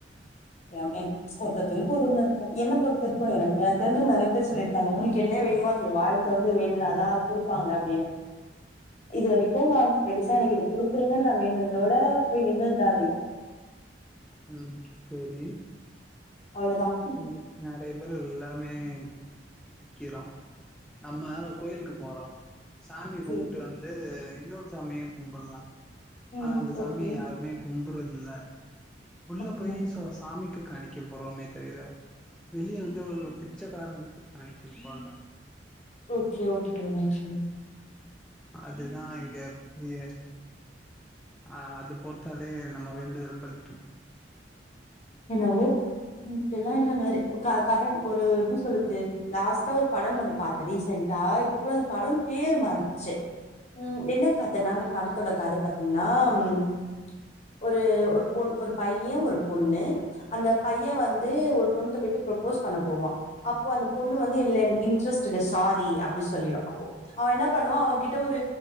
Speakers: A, on the left; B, in the centre.
A: எனமே ஒருத்ததங்களுக் ஒருஒரு மாரிருக்கு என்ன பொறுத்தரிக்கு எனக் எனக்தெரிஞ்சவங் நறய பேர் சொல்லிருக்காங்க உனக் எல்ல வேண்மோ நீ வாய தொறந்து வேண்டுனா அதா அது குடுப்பாங்க அப்டினு இது வரிக்கு நான் பெருச எதும் குடுத்துருங்க நா வேண்டுதோட போய் நின்னதுதான் அதிகம்
B: உம் சேரி
A: அவ்ளோதான்
B: இங்க நரய பேருல்லாமே நிக்கிறோம் நம்ம கோயிலுக்கு போறோம் சாமி
A: சரி
B: கும்பிட்டு வந்து இன்னொரு சாமியும் கும்பிடலாம்
A: ம்
B: ஆனா அந்த சாமிய
A: ஓகே
B: யாருமே கும் புருஞ்சதல்ல உள்ள
A: ஓகே
B: போய் சோ சாமிக்கு கானிக்க போறோம் மெத் செய்ற வெளிய வந்து ஒரு பிச்சைக்காரனுக்கு காணிக்க போல
A: ஓகே ஓகே ஓகே
B: அதுதான் இங்க பிரீய ஆஹ் அது போட்டாலே நம்ம வேண்டுதல் பளிக்கு
A: என்னவோ இப்பல்லாம் உட்கார ஒரு எப்படி சொல்றது லாஸ்ட்டா ஒரு படம் ஒண்ணு பாரத்தன் ரீசென்டா இப்ப கூட அந்த படம் பேர் மறந்துச்சு உஹம் என்ன கதன்னா அந்த படத்தோட கதை பாத்தீங்கன்னா உ ஒரு ஒரு பொண் ஒரு பைய ஒரு பொண் அந்த பையன் வந்து ஒரு பொண்ணுகிட்ட போயிட்டு ப்ரப்போஸ் பண்ண போவான் அப்போ அந்த பொண்ணு வந்து இல்ல எனக்கு இன்ட்ரெஸ்ட் இல்ல சாரி அப்படின்னு சொல்லிடும் அப்போ அவன் என்ன பண்ணுவான் அவன் கிட்ட ஒரு